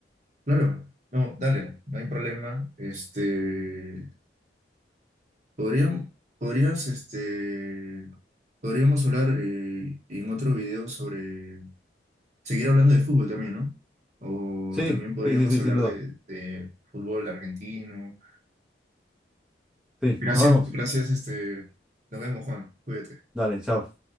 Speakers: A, on the right; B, in the centre.
A: Claro, no, dale, no hay problema. Este, podríamos, podrías, este, podríamos hablar eh, en otro video sobre seguir hablando de fútbol también, ¿no? O
B: Sí,
A: también podríamos
B: sí, sí, sí,
A: hablar
B: sin duda.
A: de, de fútbol argentino.
B: Sí,
A: Gracias,
B: nos vemos.
A: gracias, este, nos vemos, Juan. Cuídate.
B: Dale, chao.